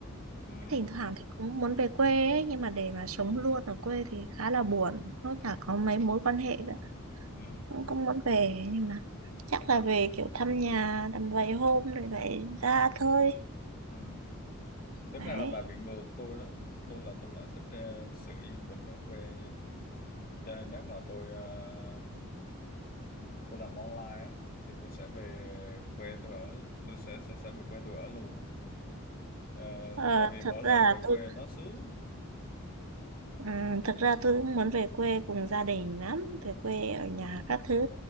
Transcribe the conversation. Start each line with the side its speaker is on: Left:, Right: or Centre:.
Left: Ừ.
Right: thỉnh thoảng thì cũng muốn về quê ấy nhưng mà để mà sống luôn ở quê thì khá là buồn nó chả có mấy mối quan hệ nữa
Left: Ừ.
Right: cũng cũng muốn về nhưng mà chắc là về kiểu thăm nhà tầm vài hôm rồi vậy ra thôi
Left: Ừ.
Right: đấy
Left: Tính ra là bà bị ngược tôi đó tôi là tôi lại thích ờ, sự yên bình ở quê nha cho nên nếu mà tôi ờ, tôi làm online á thì tôi sẽ về quê tôi ở tôi sẽ sẽ, sẽ về quê tôi ở luôn á. Ờ,
Right: ờ,
Left: tại vì mỗi
Right: thực ra
Left: lần
Right: là
Left: về
Right: tôi
Left: quê nó sướng
Right: ừm, thực ra tôi cũng muốn về quê cùng gia đình lắm về quê ở nhà các thứ